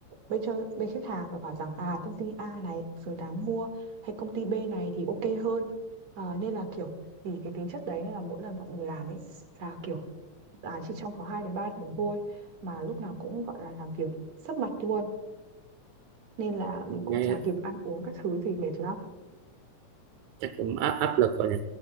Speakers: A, on the right; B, on the right.
A: bên cho bên khách hàng và bảo rằng à công ty A này xứng đáng mua hay công ty B này thì ok hơn à, nên là kiểu vì cái tính chất đấy nên là mỗi lần bọn mình làm ấy là kiểu à, chỉ trong có 2 đến 3 tuần thôi mà lúc nào cũng gọi là làm việc sấp mặt luôn nên là mình cũng
B: Nghe
A: chả kịp ăn uống các thứ gì mệt lắm
B: chắc cũng áp áp lực rồi nhỉ.